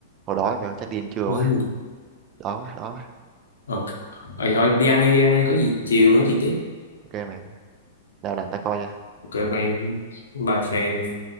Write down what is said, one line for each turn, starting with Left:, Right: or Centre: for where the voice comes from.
Right: Hồi đó mày ơi, chắc điên chưa
Left: mấy
Right: quá. Đói quá, đói quá.
Left: ok rồi thôi đi ăn đi đi ăn đi có gì chiều nói chuyện tiếp
Right: Ok mày, nào làm ta coi cho.
Left: ok bye em bye